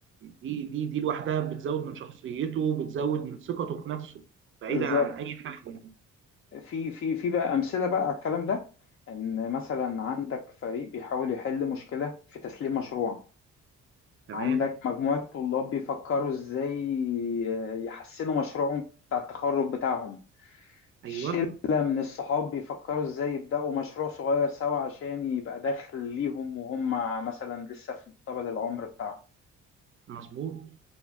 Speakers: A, on the right (about 40°); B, on the left (about 45°).
A: دي دي دي لوحدها بتزود من شخصيته بتزود من ثقته في نفسه بعيدا
B: بالظبط
A: عن أي حاجة
B: في في في بقى امثله بقى على الكلام ده ان مثلا عندك فريق بيحاول يحل مشكله في تسليم مشروع
A: تمام
B: عندك مجموعه طلاب بيفكروا ازاي آه، يحسنوا مشروعهم بتاع التخرج بتاعهم شله
A: أيوه
B: من الصحاب بيفكروا ازاي يبداوا مشروع صغير سوا عشان يبقى دخل ليهم وهم مثلا لسه في مقتبل العمر بتاعهم
A: مظبوط